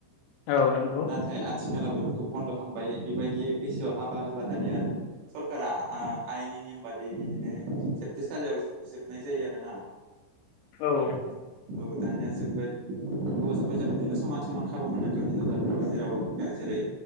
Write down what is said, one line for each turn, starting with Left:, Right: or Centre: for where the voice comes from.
Left: औ नंगौ।
Right: नाथाय आथिखालाव बेफोरखौ बन्द' खालामबाय बेबायदि बैसोआव हाबा होब्ला दानिया सरकारा आ- आयेननि नेम बादि बिदिनो जोबथेसालियाव जोबनाय जायो आरोना।
Left: औ।
Right: औ दानिया जोबबाय हौवासाफोरजों बिदिनो समान समान खाबु मोननांगौ हिनजावफ्राबो जेराव जेरै